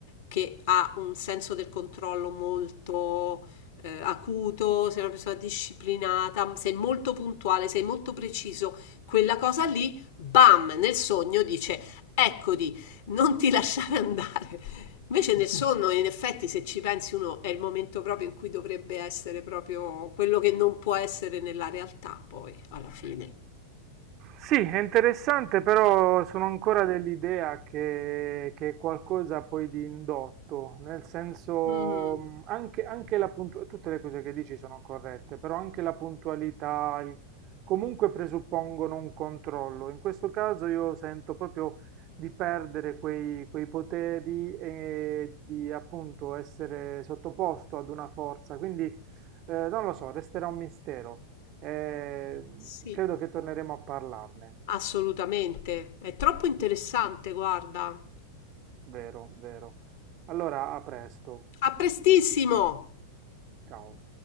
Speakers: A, on the left; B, on the right.
A: che ha un senso del controllo molto eh, acuto, sei una persona disciplinata, sei molto puntuale, sei molto preciso, quella cosa lì, bam, nel sogno dice, eccoti, non ti <laughs> lasciare andare. Invece nel sonno, in effetti, se ci pensi uno, è il momento proprio in cui dovrebbe essere proprio quello che non può essere nella realtà, poi, alla fine.
B: Sì, è interessante, però sono ancora dell'idea che, che è qualcosa poi di indotto, nel senso
A: Mm,
B: mh, anche, anche la puntualità, tutte le cose che dici sono corrette, però anche la puntualità il- comunque presuppongono un controllo. In questo caso io sento proprio di perdere quei, quei poteri e di appunto essere sottoposto ad una forza, quindi eh, non lo so, resterà un mistero. Ehm,
A: sì,
B: credo che torneremo a parlarne,
A: assolutamente. È troppo interessante, guarda.
B: vero, vero. Allora, a presto.
A: A prestissimo!
B: Ciao.